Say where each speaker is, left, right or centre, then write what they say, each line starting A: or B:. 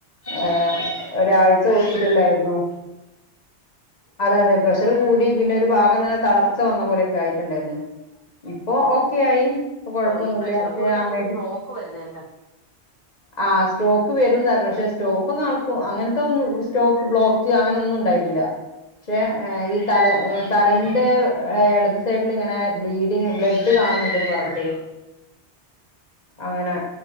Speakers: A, on the left; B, on the right.
A: ആ ഒരാഴ്ച ഹോസ്പിറ്റലായിരുന്നു അതെ അതെ പ്രഷർ കൂടി പിന്നെ ഒരു ഭാഗം തന്നെ തളർച്ച വന്ന പോലെക്കെ ആയിട്ടുണ്ടായിരുന്നു ഇപ്പൊ ഓക്കെയി ഇപ്പൊ കൊഴപ്പൊന്നുമില്ല
B: ഈ പ്രഷർ
A: പക്ഷെ
B: കൂടുമ്പോ
A: ആ
B: നമുക്ക്
A: മെഡി
B: സ്ട്രോക്ക് വരുന്നേക്കെ
A: ആ സ്ട്രോക്ക് വരും എന്നായിരുന്നു പക്ഷെ സ്ട്രോക്ക് ഒന്നും ആൾക്ക അങ്ങനത്തെ ഒന്നും സ്ട്രോക്ക് ബ്ലോക്ക് അങ്ങനെ ഒന്നും ഉണ്ടായിട്ടില്ല പക്ഷെ ഈ തല തലേന്റെ ഇടത് സൈഡിൽ ഇങ്ങനെ ബ്ലീഡ് ബ്ലഡ് കാണുന്നുണ്ട്ന്ന് പറഞ്ഞിട്ടേ
B: ആഹ്
A: അങ്ങനെ